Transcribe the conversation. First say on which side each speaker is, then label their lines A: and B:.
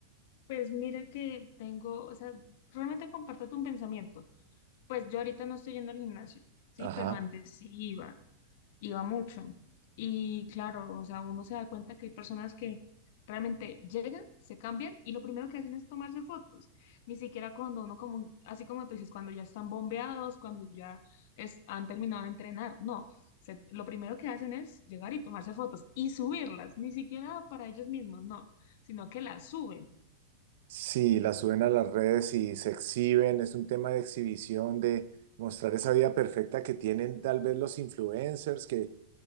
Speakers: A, on the left; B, on the right.
A: pues mira que tengo, o sea, realmente comparto tu pensamiento. Pues yo ahorita no estoy yendo al gimnasio, sí,
B: Ajá.
A: pero antes sí iba. iba mucho. Y claro, o sea, uno se da cuenta que hay personas que realmente llegan, se cambian y lo primero que hacen es tomarse fotos. Ni siquiera cuando uno como, así como tú dices, cuando ya están bombeados, cuando ya es, han terminado de entrenar. No, se- lo primero que hacen es llegar y tomarse fotos y subirlas, ni siquiera para ellos mismos, no, sino que las suben.
B: Sí, la suben a las redes y se exhiben, es un tema de exhibición, de mostrar esa vida perfecta que tienen tal vez los influencers, que,